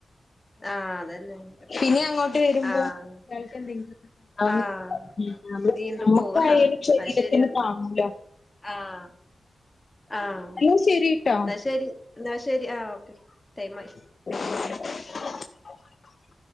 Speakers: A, on the left; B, on the left.
A: ആഹാ അതെന്നെ പെട്ടെന്ന്
B: പിന്നെ അങ്ങോട്ട് വരുമ്പോ
A: ആഹാ..
B: അത്യാവശ്യം എന്തെങ്കിലും
A: !
B: ഉണ്ടാവുന്ന
A: ആഹാ നീണ്ടു
B: നമ്മക്കായാലും
A: പോവാ ഹാ..
B: ശരീരത്തിന്
A: ഹാ... അത് ശരിയാണ്.
B: താങ്ങൂല
A: ആഹാ ആഹാ
B: എന്നാ ശരിട്ടോ
A: ന്നാ ശരി! ന്നാ ശരി ആഹാ ഓക്കെ ടൈമായി!
B: <unintelligible>